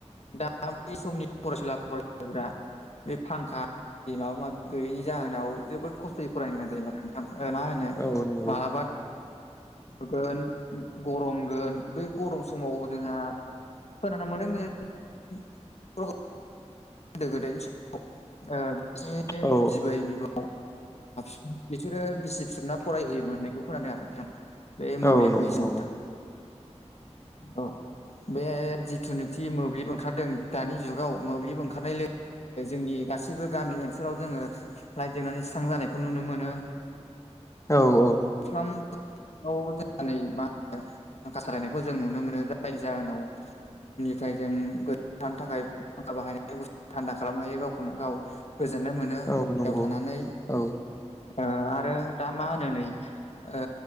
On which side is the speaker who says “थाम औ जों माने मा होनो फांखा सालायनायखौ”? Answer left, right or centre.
Left